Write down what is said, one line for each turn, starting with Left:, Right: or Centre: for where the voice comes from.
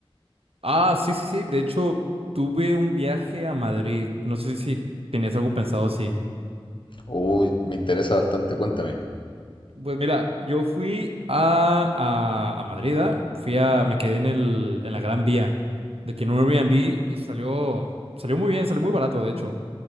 Right: Ah, sí, sí, sí. De hecho, tuve un viaje a Madrid. No sé si tenías algo pensado así.
Left: Uy, me interesa bastante, cuéntame.
Right: Pues mira, yo fui a, a, a Madrid, ¿ah? Fui a, me quedé en el, en la Gran Vía, de que en un Airbnb y salió, salió muy bien, salió muy barato, de hecho.